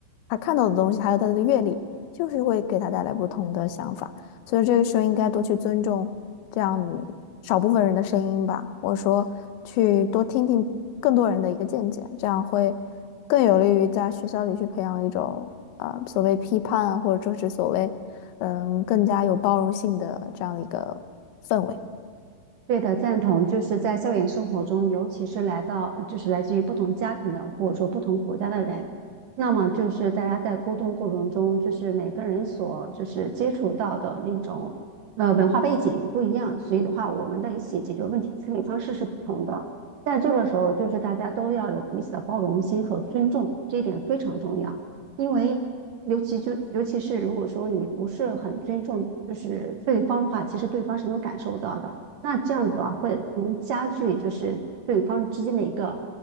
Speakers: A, on the left (about 85°); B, on the right (about 65°).
A: 他看到的东西，还有他的阅历，就是会给他带来不同的想法，所以这个时候应该多去尊重这样少部分人的声音吧。我说，去多听听更多人的一个见解，这样会更有利于在学校里去培养一种啊、呃所谓批判，或者说是所谓。嗯，更加有包容性的这样的一个氛围，
B: 对的，赞同。就是在校园生活中，尤其是来到，就是来自于不同家庭的，或者说不同国家的人，那么就是大家在沟通过程中，就是每个人所就是接触到的那种呃文化背景不一样，所以的话，我们的一些解决问题思维方式是不同的。在这个时候，就是大家都要有彼此的包容心和尊重，这一点非常重要。因为尤其就尤其是如果说你不是很尊重就是对方的话，其实对方是能感受到的。那这样的话会能加剧就是对方之间的一个